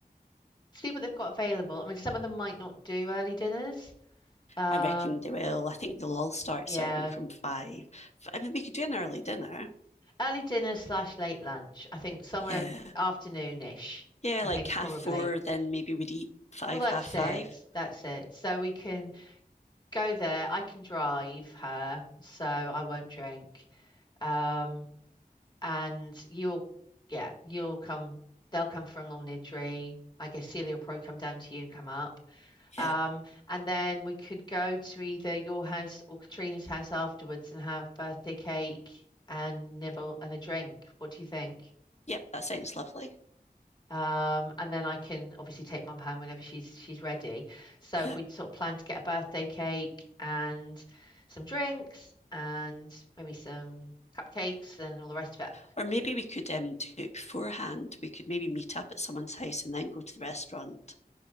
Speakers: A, on the left; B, on the left.
A: See what they've got available. I mean, some of them might not do early dinners. Um,
B: I reckon they will. I think they'll all start
A: yeah.
B: serving from five. I mean, we could do an early dinner.
A: Early dinner slash late lunch. I think somewhere
B: Yeah.
A: afternoonish.
B: Yeah,
A: I
B: like
A: think it's
B: half
A: probably.
B: four, then maybe we'd eat five,
A: Well, that's
B: half five.
A: it. That's it. So we can go there. I can drive her, so I won't drink. Um, and you'll, yeah, you'll come. They'll come from Long Nidri. I guess Celia will probably come down to you and come up.
B: Yeah.
A: Um, and then we could go to either your house or Katrina's house afterwards and have birthday cake and nibble and a drink. What do you think?
B: Yep, that sounds lovely.
A: Um, and then I can obviously take mum home whenever she's she's ready. So if
B: Yeah.
A: we sort of plan to get a birthday cake and some drinks and maybe some cupcakes and all the rest of it,
B: Or maybe we could um do it beforehand. We could maybe meet up at someone's house and then go to the restaurant.